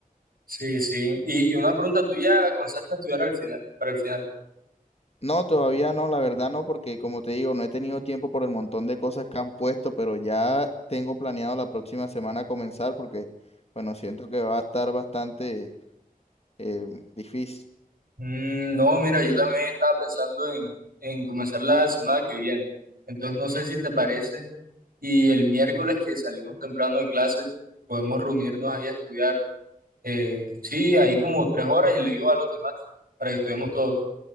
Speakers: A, on the right; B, on the left.
A: Sí, sí. Y, y una pregunta, ¿tú ya comenzaste a estudiar al final, para el final?
B: No, todavía no, la verdad no, porque como te digo, no he tenido tiempo por el montón de cosas que han puesto, pero ya tengo planeado la próxima semana comenzar porque, bueno, siento que va a estar bastante eh, difícil.
A: Mm, no, mira, yo también estaba pensando en, en comenzar la semana que viene. Entonces no sé si te parece, y el miércoles que salimos temprano de clase, podemos reunirnos ahí a estudiar. Eh, sí, ahí como tres horas y le digo a los demás para que estuvimos todos.